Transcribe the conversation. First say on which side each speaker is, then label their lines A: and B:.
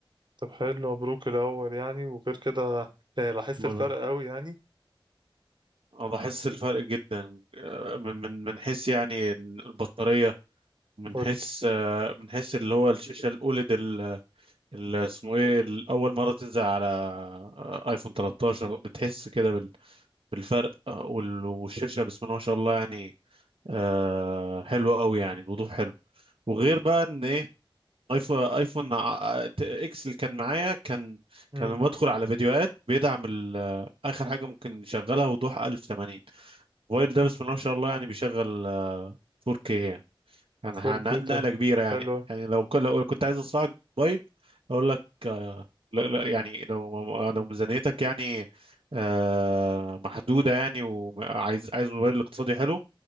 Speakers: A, on the right; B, on the right.
A: طب حلو مبروك الاول يعني وغير كده يعني لاحظت
B: الله
A: الفرق
B: يبارك
A: قوي يعني
B: اه بحس الفرق جدا آه، من من من حيث يعني البطارية من
A: قول
B: حيث
A: لي
B: آه، من حيث اللي هو الشاشة الأوليد ال- اسمه ايه ال- اول مره تنزل على آه، ايفون 13 بتحس كده بال- بالفرق آه، وال- والشاشه بسم الله ما شاء الله يعني آه، حلوه قوي يعني الوضوح حلو وغير بقى ان ايه ايفون ايفون ع- ت- اكس اللي كان معايا كان
A: امم
B: كان لما بدخل على فيديوهات بيدعم ال- اخر حاجه ممكن يشغلها وضوح 1080 الموبايل ده بسم الله ما شاء الله يعني بيشغل آه، 4K يعني كان
A: 4K
B: ه- نقلة
A: طب
B: كبيرة
A: حلو
B: يعني يعني لو كل لو كنت عايز أصنع موبايل أقول لك آه، لا لا يعني لو لو ميزانيتك يعني آه، محدودة يعني وعايز عايز موبايل اقتصادي حلو